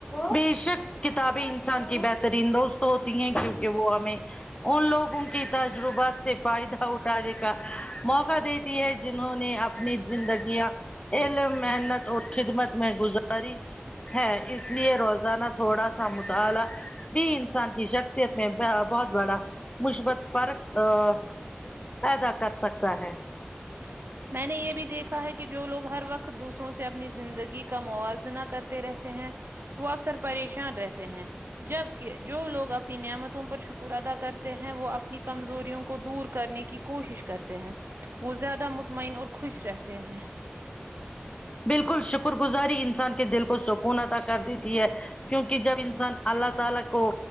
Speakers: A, on the left (about 25°); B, on the right (about 65°).
A: بے شک کتابیں انسان کی بہترین دوست ہوتی ہیں کیونکہ وہ ہمیں ان لوگوں کے تجربات سے فائدہ اٹھانے کا موقع دی تی ہے جنہوں نے اپنی زندگیاں علم محنت اور خدمت میں گزاری ہے اس لیے روزانہ تھوڑا سا مطالعہ بھی انسان کی شخصیت میں ب بہت بڑا مثبت فرق ا پیدا کر سکتا ہے
B: <unintelligible> میں نے یہ بھی دیکھا ہے کہ جو لوگ ہر وقت دوسروں سے اپنی زندگی کا موازنہ کرتے رہتے ہیں وہ اکثر پریشان رہتے ہیں جبکہ جو لوگ اپنی نعمتوں پر شکر ادا کرتے ہیں وہ اپنی کمزوریوں کو دور کرنے کی کوشش کرتے ہیں وہ زیادہ مطمین اور خوش رہتے ہیں
A: بالکل شکر گزاری انسان کے دل کو سکون عطا کر دیتی ہے کیونکہ جب انسان اللہ تعالی کو